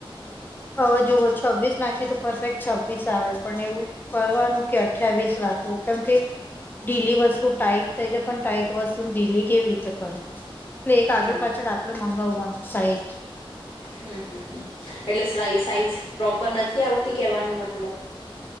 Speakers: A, on the left; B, on the left.
A: હવે જુઓ છવ્વીસ નાખીએ તો પરફેક્ટ છવ્વીસ આવે પણ એવું કરવાનું. કે અઠ્યાવીસ રાખવું કેમ કે ઢીલી વસ્તુ. ટાઈટ થઈ જાય પણ ટાઈટ વસ્તુ ઢીલી કેવી રીતે કરવી પલે એક
B: હમ
A: આગળ પાછળ. આપડે મગવાનું સાઈઝ
B: હમમ હમમ એટલે સા સાઈઝ પ્રોપર નથી આવતી કેવાનું મતલબ